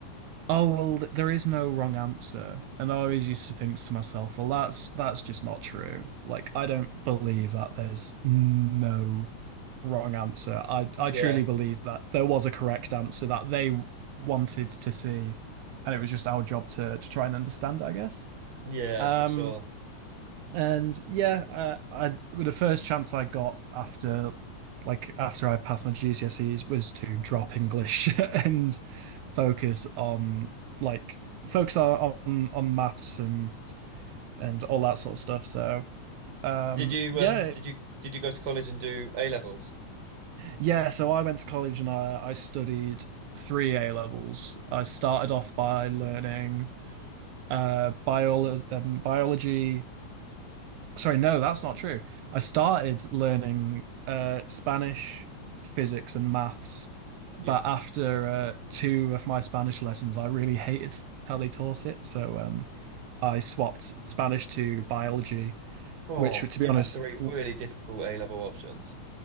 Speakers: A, on the right; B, on the right.
A: Oh well, th- there is no wrong answer, and I always used to think to myself, well, that's that's just not true. Like, I don't believe that there's no wrong answer. I
B: Yeah,
A: I truly believe that there was a correct answer that they wanted to see, and it was just our job to to try and understand it, I guess.
B: yeah,
A: Um,
B: for sure.
A: and yeah, uh, I well, the first chance I got after like after I passed my GCSEs was to drop English <laughs> and focus on like focus on on, on maths and and all that sort of stuff. So um
B: Did you
A: yeah,
B: um did you did you go to college and do A levels?
A: yeah, so I went to college and I I studied three A levels. I started off by learning uh bio um, biology Sorry, no, that's not true. I started learning uh, Spanish, physics, and maths, but
B: Yeah.
A: after uh, two of my Spanish lessons, I really hated how they taught it. So um, I swapped Spanish to biology,
B: God,
A: which, to
B: you
A: be honest,
B: had three
A: w-
B: really difficult A level options.